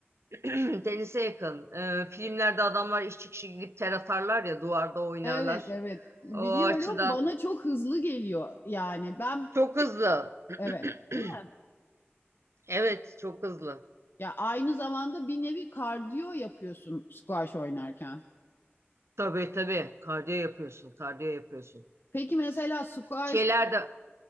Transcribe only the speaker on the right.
film <clears throat> tenise yakın. E, filmlerde adamlar iş çıkışı gidip ter atarlar ya duvarda oynarlar.
O açıdan
çok hızlı. <clears throat>
Evet, çok hızlı.
Tabii tabii. Kardiyo yapıyorsun, kardiyo yapıyorsun.
Şeylerde